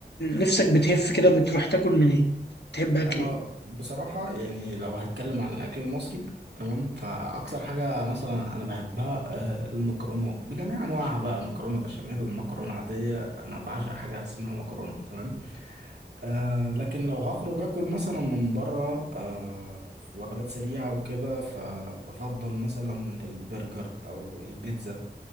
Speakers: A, on the left (about 80°); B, on the right (about 80°).
A: نفسك بتهف كده بتروح تاكل من ايه تحب اكل
B: انا
A: ايه
B: بصراحة يعني لو هتكلم عن الاكل المصري تمام فاكتر حاجة مثلا انا بحبها آه، المكرونات بجميع انواعها بقى مكرونة بشاميل مكرونة عادية انا بعشق حاجة اسمها مكرونة تمام آه لكن لو هخرج اكل مثلا من بره آه في وجبات سريعة وكده فبفضل مثلا البرجر او البيتزا